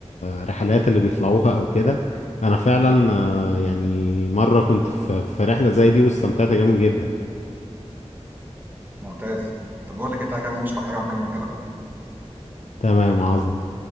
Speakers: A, on the left; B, on the right.
A: الرحلات اللي بيطلعوها او كده انا فعلا آه، يعني مره كنت في في رحله زي دي واستمتعت جامد جدا
B: ممتاز. طَب باقول لك إيه، تعالَ كده نشرب حاجة ونكمّل كلامنا.
A: تمام عظمه